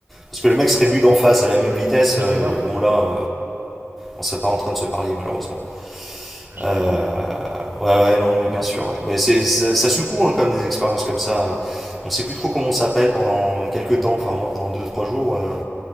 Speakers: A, in the centre; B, on the right.
A: Parce que le mec serait venu d'en face à la même vitesse,
B: Ah, j'étais
A: euh,
B: mort.
A: bon là, euh, on serait pas en train de se parler, malheureusement.
B: Ah, j'étais
A: Euh,
B: mort.
A: ouais, ouais, non, mais bien sûr, ouais. Mais c'est, c'est- ça secoue, hein, comme des expériences comme ça. On sait plus trop comment on s'appelle pendant quelques temps, enfin moi, pendant deux trois jours, euh,